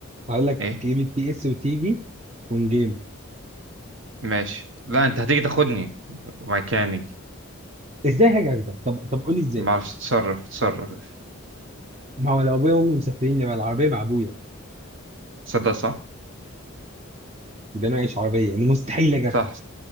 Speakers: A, on the right (about 30°); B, on the right (about 60°).
A: هقول لك
B: إيه
A: تجيب البي اس وتيجي اون جيم
B: ماشي لا أنت هتيجي تاخدني مكاني
A: ازاي حاجه كده طب طب قول لي ازاي
B: ما اعرفش تصرف تصرف
A: ما هو لو ابويا وامي مسافرين يبقى العربيه مع ابويا
B: صدق صح
A: يبقى انا معيش عربيه يعني مستحيل اجي
B: صح
A: اخده